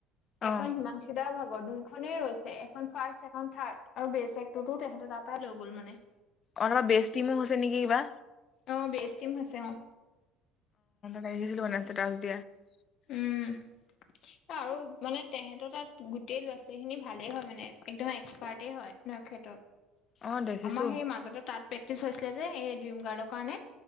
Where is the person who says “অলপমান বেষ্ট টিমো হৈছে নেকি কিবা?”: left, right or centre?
Left